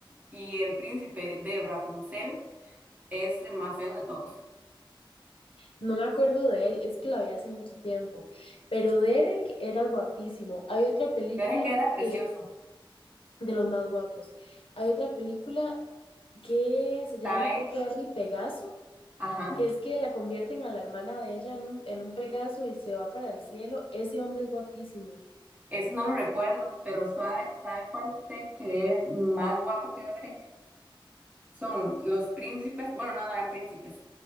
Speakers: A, on the right; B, on the left.
A: y el príncipe de Rapunzel es el más feo de todos.
B: No me acuerdo de él, es que la vi hace mucho tiempo, pero Derek era guapísimo. Hay otra película
A: Derek era precioso,
B: que, de los más guapos, hay otra película que se llama,
A: ¿sabe?
B: creo que Barbie Pegaso,
A: Ajá.
B: que es que la convierten a la hermana de ella en un, en un Pegaso y se va para el cielo. Ese hombre es guapísimo,
A: Eso no lo recuerdo, pero ¿sabe, sabe cuál sé que es más guapo que Derek? Son los príncipes, bueno, no, no eran príncipes,